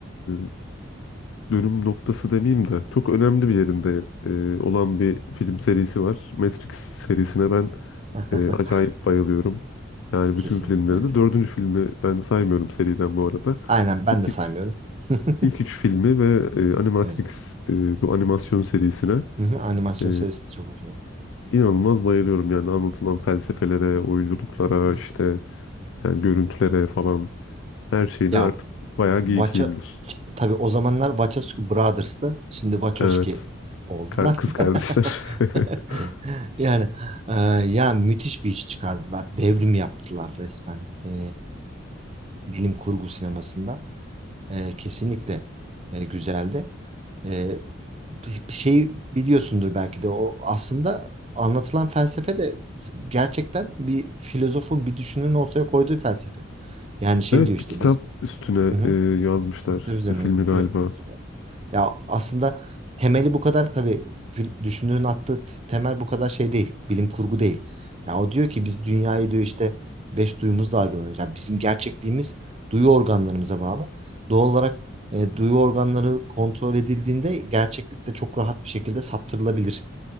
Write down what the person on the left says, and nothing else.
e, dönüm noktası demeyeyim de çok önemli bir yerinde e, olan bir film serisi var. Matrix serisine ben
e, acayip bayılıyorum. Yani
bütün filmlerinde. Dördüncü filmi ben saymıyorum seriden bu arada.
İlk
üç,
ilk üç filmi ve e, Animatrix
e, bu animasyon serisine
e,
inanılmaz bayılıyorum. Yani anlatılan felsefelere, oyunculuklara,
işte yani görüntülere falan her şeyine
artık bayağı geekiyimdir.
Evet.
Kar- kız kardeşler.
<laughs>
Evet
bir kitap
üstüne
e, yazmışlar
e, filmi galiba.